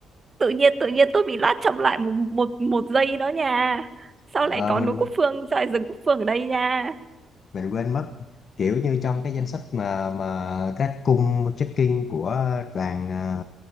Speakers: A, on the right (about 30°); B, on the left (about 50°).
A: tự nhiên tự nhiên tôi bị lát chậm lại một một một giây đó nha. Sao
B: Ờ,
A: lại có
B: mình
A: núi Cúc Phương, sao lại rừng Cúc Phương ở đây nha.
B: mình quên mất kiểu như trong cái danh sách mà mà các cung trekking của đoàn à,